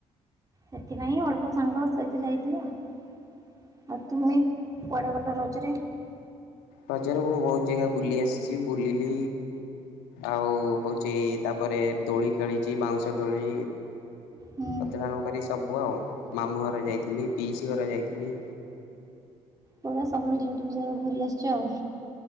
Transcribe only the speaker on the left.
ରଜରେ ମୁଁ ବହୁତ ଜାଗା ବୁଲି ଆସିଛି ବୁଲିଲି ଆଉ ହଉଛି ତାପରେ ଦୋଳି ଖେଳିଛି ବାଉଁଶ ଦୋଳି
କଥା କଣ କରି ସବୁ ଆଉ ମାମୁଁ ଘର ଯାଇଥିଲି ପିଇସି ଘର ଯାଇଥିଲି।